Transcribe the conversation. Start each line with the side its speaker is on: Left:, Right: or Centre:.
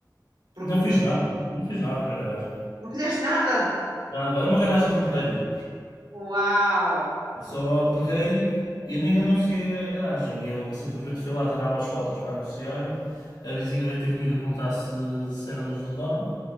Right: porque
Left: Não fiz nada,
Right: não,
Left: não fiz nada na garagem.
Right: não fizeste nada.
Left: Nada, é uma garagem num prédio.
Right: Uau!
Left: Só peguei, eu nem anunciei a garagem, eu simplesmente fui lá tirar umas fotos para anunciar. A vizinha veio ter comigo a perguntar se, se éramos os donos,